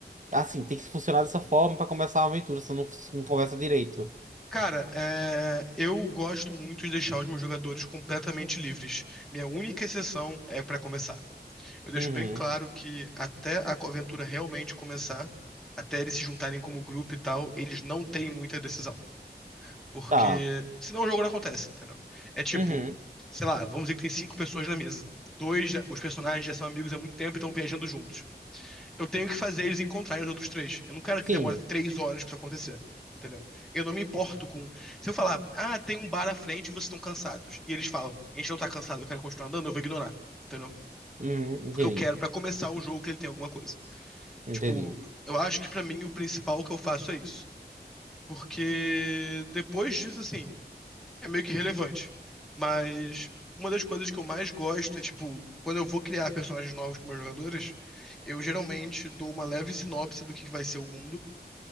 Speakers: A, on the right (about 45°); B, in the centre.
A: assim, tem que funcionar dessa forma para começar uma aventura, se não, se não conversa direito.
B: Cara, é, eu gosto muito de deixar os meus jogadores completamente livres. Minha única exceção é pra começar. Eu deixo
A: Uhum,
B: bem claro que até a aventura realmente começar, até eles se juntarem como grupo e tal, eles não têm muita decisão. Porque
A: tá.
B: senão o jogo não acontece, entendeu? É tipo,
A: Uhum,
B: sei lá, vamos dizer que tem cinco pessoas na mesa. Dois, já- os personagens já são amigos há muito tempo e estão viajando juntos. Eu tenho que fazer eles encontrarem os outros três. Eu não quero
A: sim.
B: que demore três horas pra isso acontecer, entendeu? Eu não me importo com. Se eu falar, ah, tem um bar à frente e vocês estão cansados. E eles falam, a gente não tá cansado, eu quero continuar andando, eu vou ignorar, entendeu?
A: Uhum,
B: Porque
A: entendi,
B: eu quero pra começar o jogo que ele tem alguma coisa.
A: entendi.
B: Tipo, eu acho que pra mim o principal que eu faço é isso. Porque depois disso, assim é meio que irrelevante. Mas uma das coisas que eu mais gosto é, tipo, quando eu vou criar personagens novos com meus jogadores, eu geralmente dou uma leve sinopse do que que vai ser o mundo.